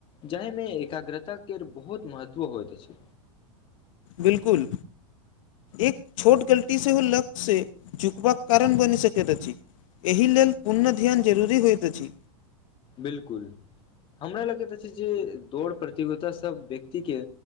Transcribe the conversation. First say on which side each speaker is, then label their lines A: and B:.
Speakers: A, on the left; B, on the left.
A: जाहिमे एकाग्रताके बहुत महत्व होइत अछि
B: बिलकुल एक छोट गलती सेहो ओ लक्क्ष स चउकबाक कारण बनि सकैत अछि एहि लेल पुर्ण ध्यान जरूरी होइत अछि
A: बिल्कुल हमरा लगैत अछि अछि जे दौड़ प्रतियोगितासभ व्यक्तिके